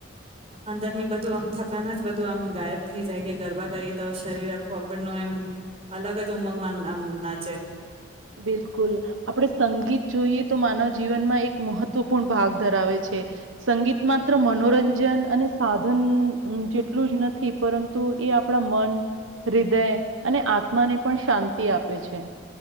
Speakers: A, on the right; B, on the right.
A: અંદર ની બધું આમ થકન જ બધું આમ ગાયબ થઇ જાય કે ગરબા કરીએ તો શરીર આખું આપણનો એમ અલગ જ ઉમંગમાં આમ નાચે
B: બિલકુલ આપડે સંગીત જોઈએ તો માનવ જીવનમાં એક મહત્વપૂર્ણ ભાગ ધરાવે છે. સંગીત માત્ર મનોરંજન અને સાધન જેટલું જ નથી પરંતુ એ આપણા મન હૃદય અને આત્માને પણ શાંતિ આપે છે.